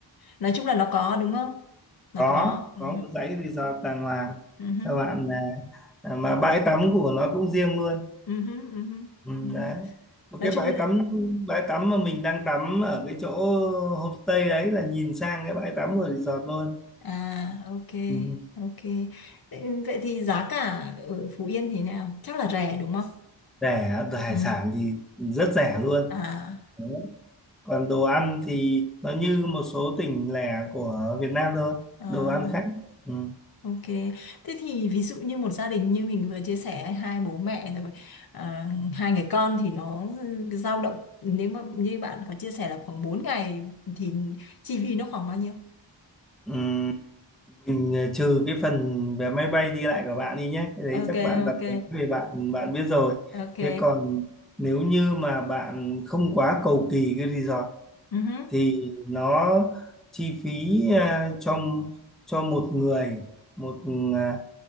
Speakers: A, on the left; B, in the centre.
A: nói chung là nó có đúng không nó
B: có
A: có ừ,
B: có một dãy resort đàng hoàng
A: ừ, ừ,
B: cho bạn là à, mà bãi tắm của nó cũng riêng luôn
A: ừ, ừ, ừ, ừ,
B: Ừ, đấy
A: ừ.
B: một
A: nói
B: cái
A: chung
B: bãi
A: là
B: tắm bãi tắm mà mình đang tắm ở cái chỗ homestay đấy là nhìn sang cái bãi tắm của resort luôn
A: À, ok,
B: ừ.
A: ok. Thế- Vậy thì giá cả ở Phú Yên thế nào? Chắc là rẻ đúng không?
B: rẻ hải
A: Ừ.
B: sản thì rất rẻ luôn
A: À,
B: đấy. còn đồ ăn thì nó như một số tỉnh lẻ của Việt Nam thôi
A: à,
B: đồ ăn khác ừ.
A: ok. Thế thì ví dụ như một gia đình như mình vừa chia sẻ hai bố mẹ rồi, à, hai người con thì nó ừ, dao động nếu mà như bạn có chia sẻ là khoảng bốn ngày thì chi phí nó khoảng bao nhiêu?
B: Ừ. mình ờ, trừ cái phần vé máy bay đi lại của bạn đi nhé cái đấy
A: Ok,
B: chắc bạn đặt
A: ok,
B: vé về bạn bạn biết rồi
A: ok.
B: thế còn nếu như mà bạn không quá cầu kỳ cái resort
A: Ừ, hứ,
B: thì nó chi phí à, cho cho một người một à,